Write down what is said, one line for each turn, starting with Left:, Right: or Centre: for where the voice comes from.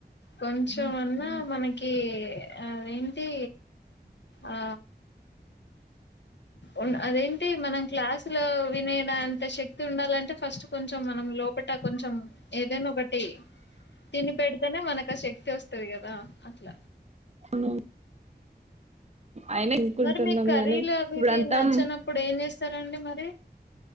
Left: కొంచెం అన్న మనకి అదేంటి ఆ ఉన్ అదేంటి మనం క్లాస్లో వినేదంత శక్తి ఉండాలంటే ఫస్ట్ కొంచం మనం లోపట కొంచం ఏదైనా ఒకటి. తిని పెడ్తేనే మనక్ ఆ శక్తి ఒస్తది కదా అట్ల
Right: అను ఆయ్నక్ కుంటున్నం
Left: మరి మీకు కర్రీలు
Right: కానీ
Left: అవి
Right: ఇప్పుడు
Left: ఇవి
Right: అంతాం
Left: నచ్చనప్పుడు ఏం చేస్తారండి మరి